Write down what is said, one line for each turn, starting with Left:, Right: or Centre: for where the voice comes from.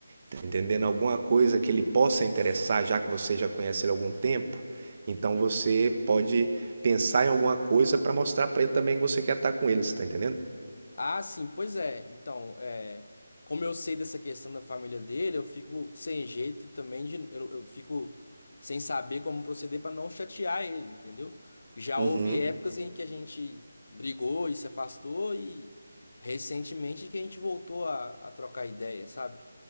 Right: tá entendendo? Alguma coisa que ele possa interessar, já que você já conhece ele há algum tempo. Então você pode pensar em alguma coisa para mostrar para ele também que você quer estar com ele, você tá entendendo?
Left: Ah, sim, pois é. Então, é, como eu sei dessa questão da família dele, eu fico sem jeito também de, eu, eu fico sem saber como proceder pra não chatear ele, entendeu? Porque já
Right: Uhum.
Left: houve épocas em que a gente brigou e se afastou e recentemente que a gente voltou a, a trocar ideia, sabe?